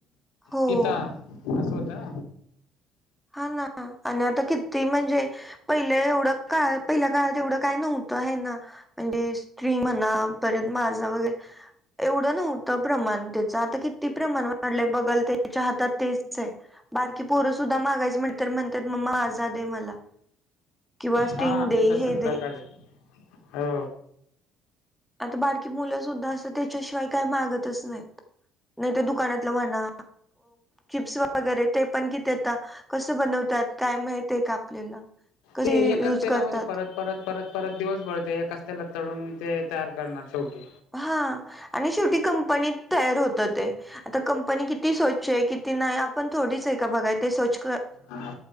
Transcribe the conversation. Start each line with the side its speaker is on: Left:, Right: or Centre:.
Centre: हो
Left: पिता असं होता.
Centre: हा ना आणि आता किती म्हणजे पहिलं एवढं काळ पहिल्या काळात एवढं काय नव्हतं आहे ना म्हणजे स्त्री म्हणा परत माझं वगैरे एवढं नव्हतं प्रमाण पण आता किती प्रमाण वाढल बघेल त्याचा हातात तेच आहे, बारके पोर मागायच म्हट तर म्हणतात मम्मा माजा दे मला किंवा स्टिंग
Left: हा
Centre: दे
Left: ते तसच
Centre: हे दे
Left: प्रकारे हो
Centre: आता बारकी मुलं सुद्धा असत त्याच्याशिवाय काही मागतच नाहीत. नाही ते दुकानातलं म्हणा किप्स वगैरे ते पण किथता कस बनवतात काय माहितय का आपल्याला कशी
Left: ते एकच
Centre: यूज
Left: तेलामध्ये
Centre: करतात.
Left: परत परत परत परत दिवस भरते एका च तेलात तडून ते तयार करणार शेवटी
Centre: हा आणि शेवटी कंपनीत तयार होत ते आता कंपनी किती स्वच्छ आहे किती नाही आपण थोडीच आहे का बघा ते स्वच
Left: ह